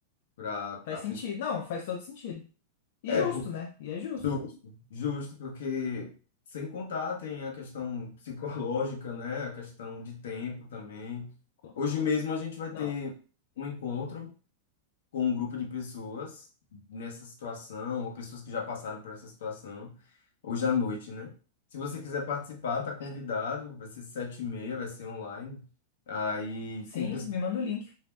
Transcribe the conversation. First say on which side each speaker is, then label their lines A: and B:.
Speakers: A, on the left; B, on the left.
A: para
B: Faz
A: a pessoa.
B: sentido. Não, faz todo sentido. E
A: É,
B: justo, né? E é justo.
A: Justo, justo, porque sem contar tem a questão psicológica, né? A questão de tempo também.
B: Co-
A: Hoje mesmo a gente vai ter
B: Não,
A: um encontro com um grupo de pessoas nessa situação, ou pessoas que já passaram por essa situação, hoje à noite, né? Se você quiser participar,
B: sim.
A: tá convidado, vai ser sete e meia, vai ser online. Aí
B: Sim,
A: tem pessoas
B: me manda o link.